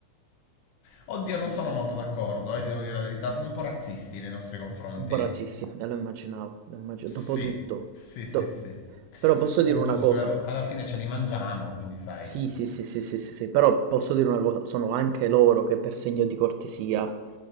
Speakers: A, on the left; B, on the right.
A: Oddio, non sono molto d'accordo, eh, ti devo dire la verità, sono un po' razzisti nei nostri confronti.
B: Un po' razzisti, e lo immaginavo, lo immagi-
A: Sì,
B: dopotutto,
A: sì,
B: do-
A: sì, sì.
B: però posso dire
A: Un
B: una
A: po' tutto,
B: cosa,
A: alla fine ce li mangiamo, quindi sai,
B: sì, sì, sì, sì, sì, sì, sì, però posso dire una cosa, sono anche loro che per segno di cortesia